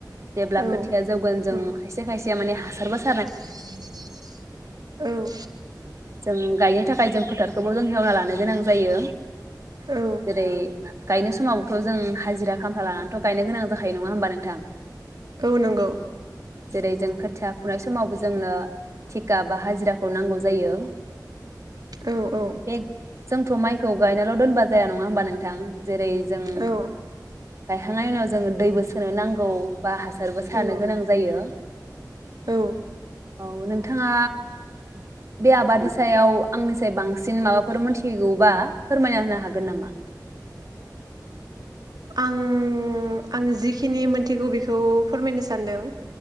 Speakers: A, on the right (about 45°); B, on the right (about 65°).
A: जेब्ला
B: औ
A: खोथिया जौगोन जों
B: नंगौ
A: खायसे खायसे माने हासार बायो
B: <unintelligible> औ
A: जों गायनो जों फोथारखोबो जों हेवना लानो गोनां जायो।
B: औ
A: जेरै गायनाय समावबोथ' जों हाजिरा खामला लानानैथ' गायनो गोनां जाखायो नङा होमबा नोंथां?
B: औ नोंगौ
A: जेरै जों खोथिया फुनाय समावबो जोंनो थिखा बा हाजिराखौ नांगौ जायो।
B: औ औ
A: बे जोंथ' माइखौ गायनाल' दोनबा जाया नङा होमबा नोंथां? जेरै जों
B: औ
A: गायखांनायनि उनाव जोंङो दैबो सोनो नांगौ। बा हासारबो सारनो
B: औ
A: गोनां जायो।
B: औ
A: औ नोंथाङा बे आबादनि सायाव आंनिफाय बांसिन माबाफोर मोनथिगौबा फोरमायना होनो हागोन नामा?
B: आं आं जिखिनि मोनथिगौ बेखौ फोरमायनो सानदों